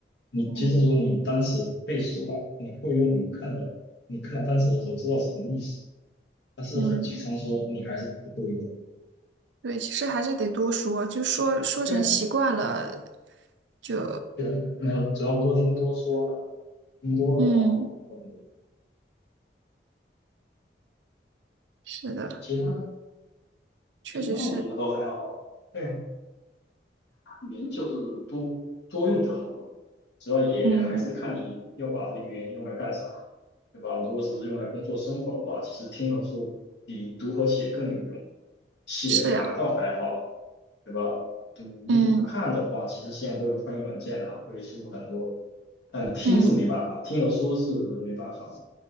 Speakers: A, on the left; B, on the right.
A: 你即使说你单词背熟了，
B: 嗯
A: 你会用，你看了你看了单词的时候知道什么意思。但是很提倡说你还是不够用，
B: 嗯，对，其实还是得多说，就说说成习惯了。
A: 对啊，
B: 就。
A: 对，没有，主要多听多说了听多了话会好很多
B: 嗯是的，
A: 其他
B: 确实是，
A: 其他我觉得都还好，对，语言就是多多用就好了，主要也还是看你要把这个语言用来干啥，
B: 嗯
A: 对吧？如果只是用来工作生活的话，其实听和说比读和写更有用。写法倒还好，
B: 是呀，
A: 对吧？读看的话，
B: 嗯
A: 其实现在都有翻译软件啊，会舒服很多。但听是没办法，
B: 嗯
A: 听和说是没办法的